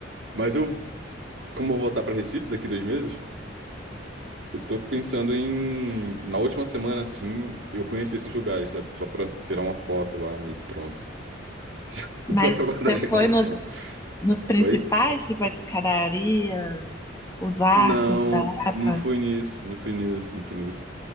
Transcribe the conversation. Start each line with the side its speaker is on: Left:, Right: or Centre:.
Right: Mas eu, como eu vou voltar pra Recife daqui dois meses, eu tô pensando em, na última semana, assim, eu conhecer esses lugares, sabe? Só pra tirar uma foto lá e pronto. <laughs>
Left: Mas
Right: Só pra
Left: você
Right: guardar de
Left: foi
Right: recordação.
Left: nos, nos principais,
Right: Oi?
Left: tipo a escadaria, os arcos
Right: Não,
Left: da Lapa?
Right: não fui nisso, não fui nisso, não fui nisso.